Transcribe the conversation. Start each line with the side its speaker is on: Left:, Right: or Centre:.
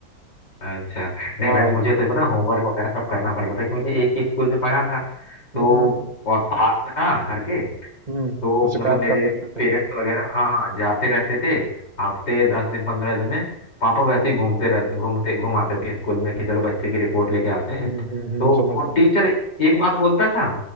Left: अच्छा नहीं
Right: हाँ
Left: भाई मुझे तो पता होमवर्क वगैरह सब करना पड़ता था क्योंकि एक ही स्कूल से पढ़ा था तो
Right: हम्म
Left: और पास में था घर के
Right: हम्म
Left: तो
Right: तो शिकायत
Left: मतलब मेरे
Right: कर देते
Left: पेरेंट्स
Right: थे
Left: वगैरह हाँ जाते रहते थे हफ्ते दस दिन पंद्रह दिन में पापा वैसे
Right: हम्म
Left: ही घूमते रहते घूमते घुमाते थे स्कूल में कि चलो बच्चे की रिपोर्ट लेके आते हैं
Right: हम्म हम्म हम्म,
Left: तो
Right: समझ
Left: वो
Right: रहा हूँ
Left: टीचर एक बात बोलता था